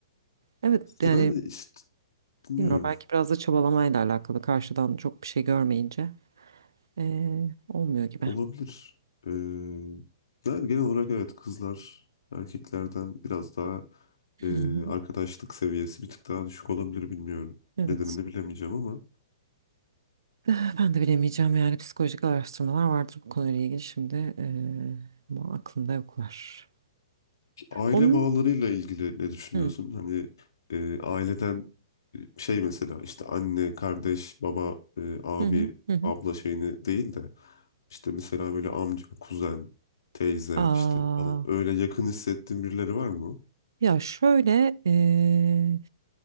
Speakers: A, on the right (about 60°); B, on the left (about 60°).
A: Evet yani
B: Yani işte bilmiyorum.
A: bilmiyorum belki biraz da çabalamayla alakalı karşıdan çok bir şey görmeyince eee, olmuyor gibi.
B: Olabilir. Ee, yani genel olarak evet kızlar erkeklerden biraz daha e,
A: Hı hı.
B: arkadaşlık seviyesi bir tık daha düşük olabilir bilmiyorum.
A: Evet.
B: Nedenini de bilemeyeceğim ama
A: Eh, Ben de bilemeyeceğim yani psikolojik araştırmalar vardır bu konuyla ilgili şimdi eee, ama aklımda yoklar.
B: aile
A: Onun
B: bağlarıyla ilgili ne düşünüyorsun?
A: hı
B: Hani e, aileden e, şey mesela işte anne, kardeş, baba, e, abi,
A: hı hı hı. hı.
B: abla şeyini değil de işte mesela böyle amca, kuzen, teyze
A: Aa,
B: işte falan öyle yakın hissettiğin birileri var mı?
A: ya şöyle eee,